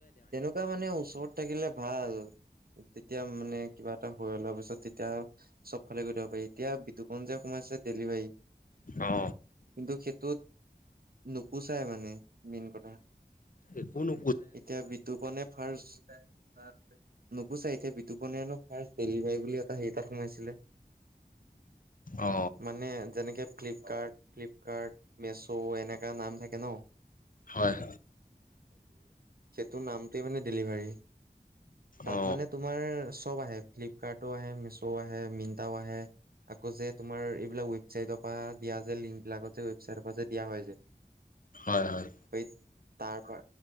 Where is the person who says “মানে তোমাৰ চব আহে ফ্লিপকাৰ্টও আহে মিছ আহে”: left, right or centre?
Right